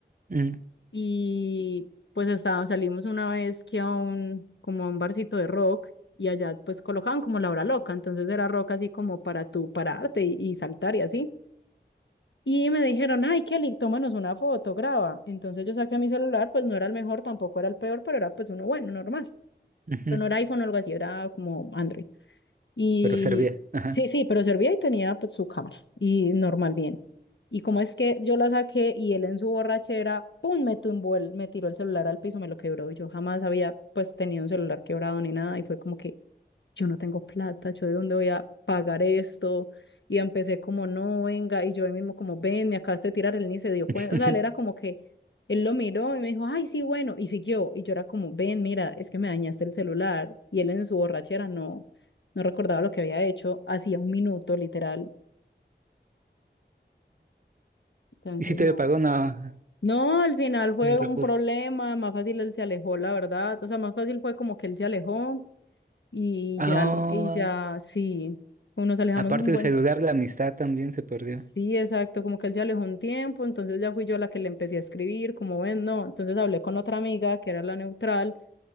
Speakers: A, on the right; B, on the left.
A: mm,
B: Y pues estaba, salimos una vez que a un, como a un barcito de rock y allá pues colocaban como la hora loca, entonces era rock así como para tú pararte y, y saltar y así. Y me dijeron, ay, Kelly, tómanos una foto, graba. Entonces yo saqué mi celular, pues no era el mejor, tampoco era el peor, pero era pues uno bueno, normal.
A: ujú.
B: Pero no era iPhone o algo así, era como Android. Y
A: Pero servía. Ajá.
B: sí, sí, pero servía y tenía pues su cámara y normal, bien. Y como es que yo la saqué y él en su borrachera, pum, me tumbó el, me tiró el celular al piso, me lo quebró. Y yo jamás había pues tenido un celular quebrado ni nada y fue como que, yo no tengo plata, yo de dónde voy a pagar esto. Y empecé como, no, venga, y yo él mismo como, ven, me acabaste de tirar, él ni se dio cuenta,
A: <laughs>
B: o sea, él era como que, él lo miró y me dijo, ay, sí, bueno, y siguió, y yo era como, ven, mira, es que me dañaste el celular, y él en su borrachera no, no recordaba lo que había hecho, hacía un minuto, literal, entonces
A: Y si te
B: no.
A: lo pagó, no,
B: No, al final fue
A: el repuso.
B: un problema, más fácil él se alejó, la verdad, o sea, más fácil fue como que él se alejó, y
A: Ah,
B: ya, el- y ya, sí, como nos alejamos
A: aparte
B: un
A: del
B: buen
A: celular, la amistad también se perdió.
B: Sí, exacto, como que él ya alejó un tiempo, entonces ya fui yo la que le empecé a escribir, como ven, no, entonces hablé con otra amiga que era la neutral